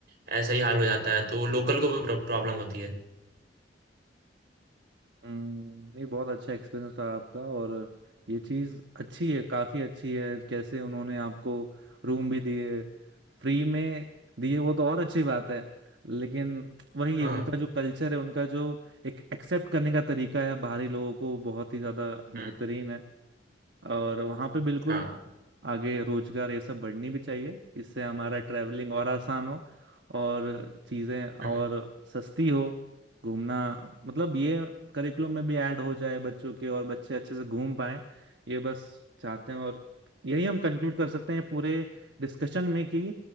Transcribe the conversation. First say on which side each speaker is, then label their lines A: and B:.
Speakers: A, on the right (about 60°); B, on the right (about 75°).
A: ऐसा ही हाल हो जाता है तो लोकल को भी प्रॉब्लम होती है
B: हम्म, नहीं बहुत अच्छा एक्सपीरियंस रहा आपका और ये चीज़ अच्छी है काफ़ी अच्छी है कैसे उन्होंने आपको रूम भी दिए फ्री में दिए वो तो और अच्छी बात है लेकिन वही
A: हाँ
B: है उनका जो कल्चर है उनका जो एक एक्सेप्ट करने का तरीका है बाहरी लोगों को बहुत ही ज़्यादा बेहतरीन
A: हम्म,
B: है और वहाँ पे बिल्कुल
A: हाँ
B: आगे रोजगार ये सब बढ़नी भी चाहिए इससे हमारा ट्रैवलिंग और आसान हो और चीज़ें और
A: हम्म,
B: सस्ती हो घूमना मतलब ये करिकुलम में भी ऐड हो जाए बच्चों के और बच्चे अच्छे से घूम पाए ये बस चाहते हैं और यही हम कंक्लूड कर सकते हैं पूरे डिस्कशन में कि